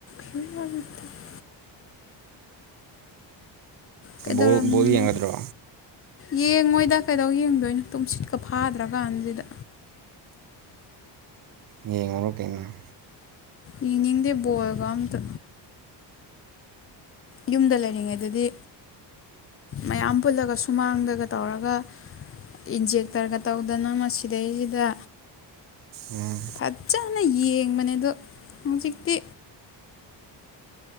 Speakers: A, on the left (about 30°); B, on the right (about 50°).
A: <unintelligible> ꯀꯩꯗꯧꯔꯝꯃꯤꯅꯣ
B: ꯕ‌ꯣꯜ ꯕꯣꯜ ꯌꯦꯡꯒꯗ꯭ꯔꯣ
A: ꯌꯦꯡꯉꯣꯏꯗ ꯀꯩꯗꯧ ꯌꯦꯡꯗꯣꯏꯅꯣ ꯇꯨꯝꯁꯤꯠꯀ ꯐꯥꯗ꯭ꯔꯀꯥꯟꯖꯤꯗ
B: ꯌꯦꯉꯨꯔ‌ꯣ ꯀꯩꯅ‌ꯣ
A: ꯌꯦꯡꯅꯤꯡꯗꯦ ꯕꯣꯜꯒ ꯑꯝꯇ ꯌꯨꯝꯗ ꯂꯩꯔꯤꯉꯩꯗꯗꯤ ꯃꯌꯥꯝ ꯄꯨꯜꯂꯒ ꯁꯨꯃꯥꯡꯗꯒ ꯇꯧꯔꯒ ꯏꯟꯖꯦꯛꯇ꯭ꯔꯒ ꯇꯧꯗꯅ ꯃꯁꯤꯗꯩꯖꯤꯗ
B: ꯎꯝ
A: ꯐꯖꯅ ꯌꯦꯡꯕꯅꯦ ꯑꯗꯣ ꯍꯧꯖꯤꯛꯇꯤ